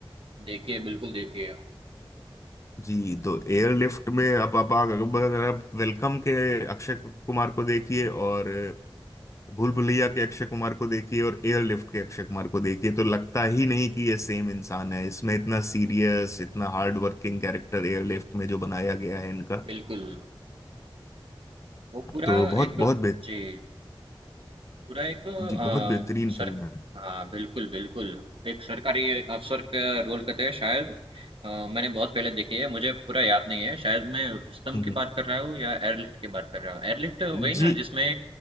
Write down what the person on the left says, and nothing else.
जी तो एयरलिफ्ट में अब आप आप- अब अगर आप वेलकम के अक्षय कुमार को देखिए और भूल भुलैया के अक्षय कुमार को देखिए और एयरलिफ्ट के अक्षय कुमार को देखिए तो लगता ही नहीं कि ये सेम इंसान है इसमें इतना सीरियस इतना हार्ड वर्किंग कैरेक्टर एयरलिफ्ट में जो बनाया गया है इनका
तो बहुत
बहुत बेहत,
जी
बहुत बेहतरीन फिल्म
है
हम्म,
जी